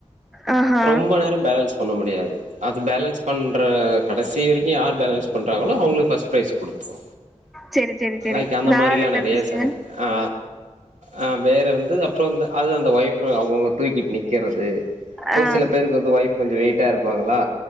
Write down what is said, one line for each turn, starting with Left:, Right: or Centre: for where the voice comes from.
Centre: ஆஹா
Right: ரொம்ப நேரோ பேலன்ஸ் பண்ண முடியாது அது பேலன்ஸ் பண்ற கடைசி வரைக்கு யார் பேலன்ஸ் பண்றாங்களோ அவங்களுக்கு பஸ்ட் ப்ரைஸ் குடுத்தோ
Centre: சேரி சேரி சேரி
Right: லைக் அந்த
Centre: வேற
Right: மாரில்லா
Centre: என்ன
Right: நெறைய
Centre: ஃபெஸ்டிவல்
Right: செய்ர அ அ வேற வந்து அப்புறம் இந்த அது அந்த ஒய்ஃப் அவங்கவுங்க தூக்கிட் நிக்கறது ஒரு
Centre: ஆ
Right: சில பேருக்கு வந்து ஒய்ப் கொஞ்சம் வெயிட்டா இருப்பாங்களா